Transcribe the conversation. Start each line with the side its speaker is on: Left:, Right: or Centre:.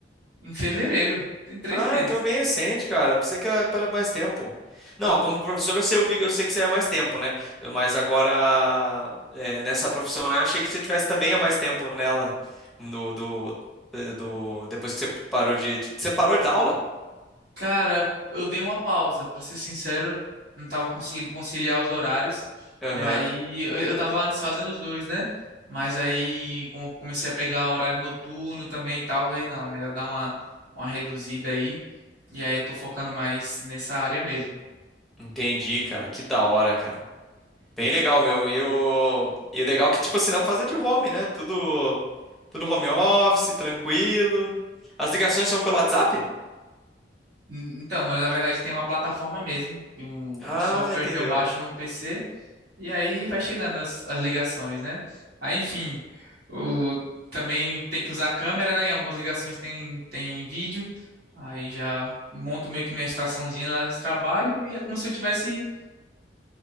Right: em fevereiro, tem três
Centre: Ah,
Right: meses.
Centre: então é bem recente, cara. Pensei que era para mais tempo. Não, como professor eu sei, eu vi- eu sei que você é mais tempo, né? Mas agora, é, nessa profissão, eu achei que você tivesse também há mais tempo nela. Do, do, do- depois que você parou de, de- Você parou de dar aula?
Right: Cara, eu dei uma pausa, pra ser sincero, não tava conseguindo conciliar os horários.
Centre: Aham.
Right: E aí, eu eu tava antes fazendo os dois, né? Mas aí, como eu comecei a pegar horário noturno também e tal, aí não, melhor dar uma, uma reduzida aí. E aí, eu tô focando mais nessa área mesmo.
Centre: Entendi, cara. Que da hora, cara. Bem legal, meu. E o, e o legal é que, tipo assim, dá pra fazer de home, né? Tudo, tudo home office, tranquilo. As ligações são pelo WhatsApp?
Right: N- Então, mano, na verdade tem uma plataforma mesmo, que um,
Centre: Ah,
Right: um software
Centre: entendeu.
Right: que eu baixo no PC, e aí vai chegando as, as ligações, né? Aí, enfim, o, também tem que usar a câmera, né? Em algumas ligações tem, tem vídeo, aí já monto meio que minha estaçãozinha lá de trabalho, e é como se eu tivesse